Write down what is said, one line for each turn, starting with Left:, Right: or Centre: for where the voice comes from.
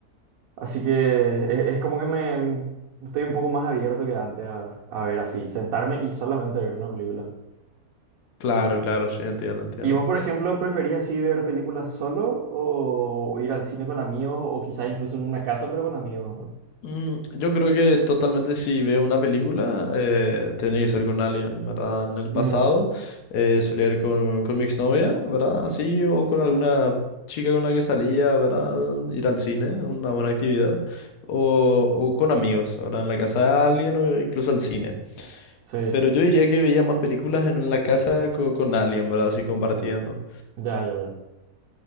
Right: Así que es es, como que me estoy un poco más abierto que antes a, a ver así, sentarme y solamente ver una película.
Left: Claro, claro, sí, entiendo, entiendo.
Right: ¿Y vos, por ejemplo, preferís así ver películas solo o ir al cine con amigos o quizás incluso en una casa pero con amigos?
Left: Mm, yo creo que totalmente si veo una película, eh, tiene que ser con alguien, ¿verdad? En el
Right: Mm,
Left: pasado eh, solía ir con, con mi exnovia, ¿verdad? Así, o con alguna chica con la que salía, ¿verdad? Ir al cine, una buena actividad. O, o con amigos, ¿verdad? En la casa de alguien o incluso al cine.
Right: sí,
Left: Pero yo diría que veía más películas en la casa co- con, alguien, ¿verdad? Así compartiendo.
Right: ya, ya, ya.